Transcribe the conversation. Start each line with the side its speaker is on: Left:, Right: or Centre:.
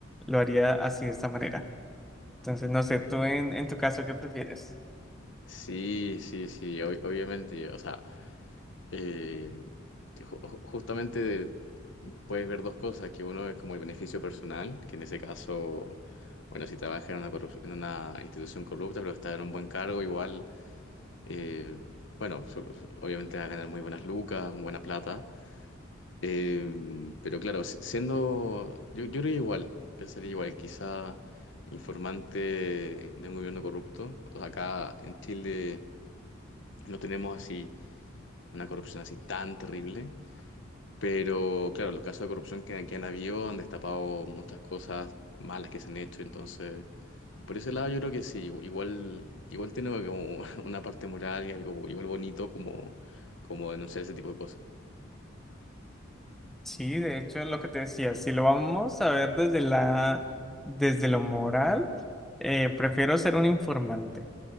Centre: lo haría así de esta manera. Entonces, no sé, tú en, en tu caso, ¿qué prefieres?
Left: Sí, sí, sí, ob- obviamente, o sea, eh, ju- ju- justamente puedes ver dos cosas, que uno es como el beneficio personal, que en ese caso, bueno, si trabajas en una corrup- en una institución corrupta, pero estás en un buen cargo, igual, eh, bueno, so- so- obviamente vas a ganar muy buenas lucas, buena plata. Eh, pero claro, si- siendo, yo, yo creo que igual, pensaría igual, quizá informante de un gobierno corrupto. O sea, acá en Chile no tenemos así una corrupción así tan terrible, pero claro, los casos de corrupción que, que han habido han destapado muchas cosas malas que se han hecho, entonces, por ese lado yo creo que sí, igual, igual tiene como <laughs> una parte moral y algo igual bonito como, como denunciar ese tipo de cosas.
Centre: Sí, de hecho, lo que te decía, si lo vamos a ver desde la, desde lo moral, eh, prefiero ser un informante.